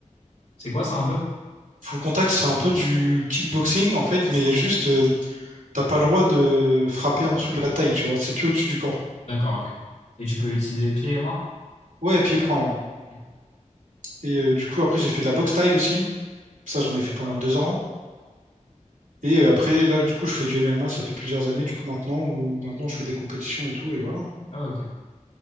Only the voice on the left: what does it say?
C'est quoi ça un peu?
D'accord, ok. Et tu peux utiliser pieds et mains?
Ok.
D'accord.
Ok.
Ah, ok.